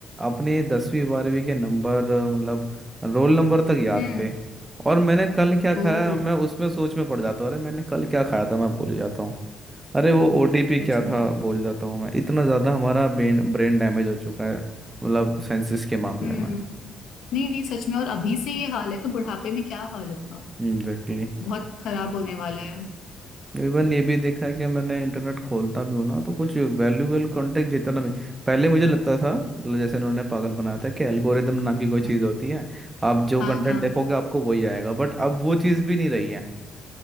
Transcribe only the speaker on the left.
हम्म
ओह
सच
में
हम्म
नहीं नहीं सच में और अभी से ये हाल है तो बुढ़ापे में क्या हाल होगा
बहुत खराब होने वाला है
हम्म,
हाँ
हाँ